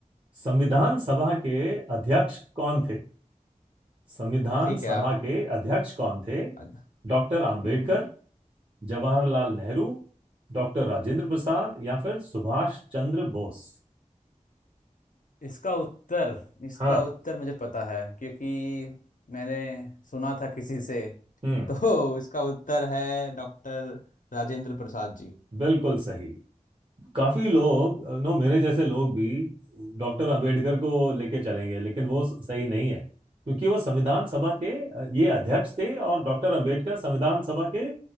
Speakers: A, on the right (about 40°); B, on the left (about 75°).
A: संविधान सभा के अध्यक्ष कौन थे संविधान
B: ठीक
A: सभा
B: है आप
A: के अध्यक्ष कौन थे
B: हम्म
A: डॉक्टर आम्बेडकर
B: हम्म
A: जवाहरलाल नेहरू डॉक्टर राजेंद्र प्रसाद या फिर सुभाष चंद्र बोस
B: इसका उत्तर इसका
A: हाँ
B: उत्तर मुझे पता है क्योंकि मैंने सुना था किसी से
A: हम्म
B: तो इसका उत्तर है डॉक्टर राजेंद्र प्रसाद जी
A: बिल्कुल सही काफी लोग नो मेरे जैसे लोग भी डॉक्टर अंबेडकर को लेके चलेंगे लेकिन वो सही नहीं है क्योंकि वो संविधान सभा के अ, ये अध्यक्ष थे और डॉक्टर अंबेडकर संविधान सभा के